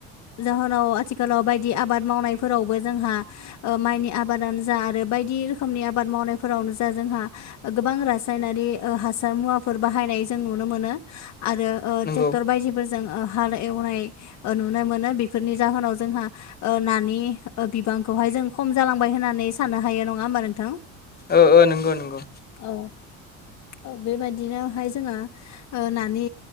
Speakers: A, on the left (about 50°); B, on the left (about 25°).
A: जाहोनाव आथिखालाव बायदि आबाद मावनायफोरावबो जोंहा ओ माइनि आबादानो जा आरो बायदि रोखोमनि आबाद मावनायफोरावनो जा जोंहा गोबां रासायनारि ओ हासार मुवाफोर जों बाहायनाय जों नुनो मोनो आरो ओ
B: नंगौ
A: ट्रेक्टर बायदिफोरजों ओ हाल एवनाय ओ नुनो मोनो बेफोरनि जाहोनाव जोंहा ओ नानि बिबांखौहाय जों खम जालांबाय होननानै साननो हायो नङा होमबा नोंथां?
B: ओ-ओ नंगौ नंगौ
A: औ औ बेबायदिनो हाय जोङो ओ नानि